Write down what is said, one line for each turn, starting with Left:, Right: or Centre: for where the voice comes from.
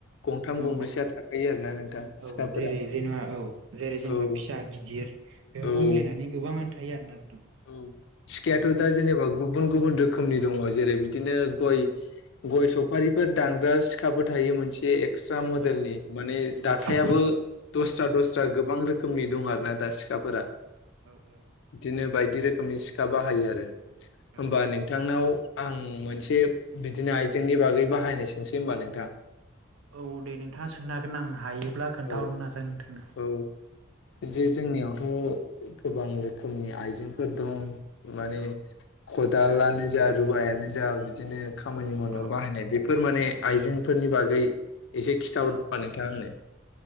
Left: गंथाम
Right: औ
Left: गंब्रैसोआ थाखायो आरो ना नोंथां
Right: औ
Left: सिखाफोरा
Right: जेरै जेनेबा औ जेरै जेनेबा
Left: औ
Right: फिसा गिदिर बेफोरखौ
Left: औ
Right: मिलायनानै गोबाङानो थायो आरोना दा
Left: औ सिखायाथ' दा जेनेबा गुबुन गुबुन रोखोमनि द जेरै बिदिनो गय
Right: औ
Left: गय सफारिफोर दानग्रा सिखाबो थायो मोनसे एक्सट्रा मडेलनि
Right: औ
Left: माने
Right: औ
Left: दाथाइयाबो दस्रा दस्रा गोबां रोखोमनि दं आरोना दा सिखाफोरा।
Right: औ औ।
Left: बिदिनो बायदि रोखोमनि सिखा बाहायो आरो
Right: औ
Left: होमबा नोंथांनाव आं मोनसे बिदिनो आइजेंनि बागै बाहायनो सोंसै होनबा नोंथां?
Right: औ दे नोंथाङा सोंनो हागोन आं हायोब्ला खोन्थाहरनो
Left: औ
Right: नाजागोन नोंथांनो
Left: औ
Right: दे
Left: जे जोंनियाव थ' गोबां रोखोमनि आइजेंफोर दं माने
Right: औ
Left: खदालानो जा रुवायानो जा बिदिनो खामानि
Right: औ
Left: मावनायाव
Right: औ
Left: बाहायनाय बेफोर माने आइजेंफोरनि बागै एसे खिथा हरदो
Right: औ
Left: होनबा नोंथाङा आंनो